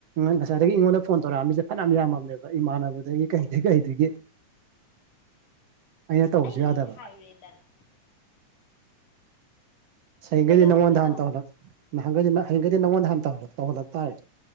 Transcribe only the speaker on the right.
ꯉꯁꯥꯏꯗꯒꯤ ꯑꯩꯉꯣꯟꯗ ꯐꯣꯟ ꯇꯧꯔꯛꯑꯝꯃꯤꯁꯦ ꯐꯅꯌꯥꯝ ꯌꯥꯝꯃꯝꯃꯦꯕ ꯏꯃꯥꯟꯅꯕꯗꯒꯤ ꯀꯩꯗꯒꯤ ꯀꯩꯗꯒꯤ ꯑꯩꯅ ꯇꯧꯕꯁꯨ
ꯌꯥꯗꯕ
ꯍꯌꯦꯡꯒꯩꯗꯤ
ꯅꯉꯣꯟꯗ ꯍꯥꯟ ꯇꯧꯍꯜꯂꯛ ꯅꯍꯥꯟꯒꯩꯗꯤ ꯅꯪ ꯍꯌꯦꯡꯒꯗꯤ ꯅꯪꯉꯣꯟꯗ ꯍꯥꯟ ꯇ ꯇꯧꯍꯜꯂꯛ ꯇꯧꯜꯂꯛꯇꯥꯔꯦ